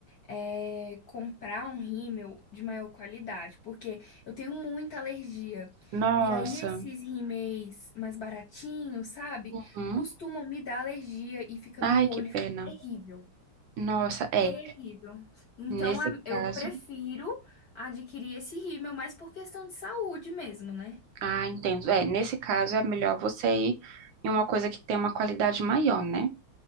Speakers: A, on the left; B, on the right.
A: eh, comprar um rímel de maior qualidade, porque eu tenho muita alergia.
B: Nossa.
A: E aí esses rímeis mais baratinhos, sabe?
B: Uhum.
A: Costumam me dar alergia e fica
B: Ai,
A: no olho,
B: que pena.
A: fica terrível,
B: Nossa, é.
A: terrível. Então
B: Nesse
A: a-
B: caso,
A: eu prefiro adquirir esse rímel, mais por questão de saúde mesmo, né?
B: ah, entendo. É, nesse caso é melhor você ir em uma coisa que tem uma qualidade maior, né?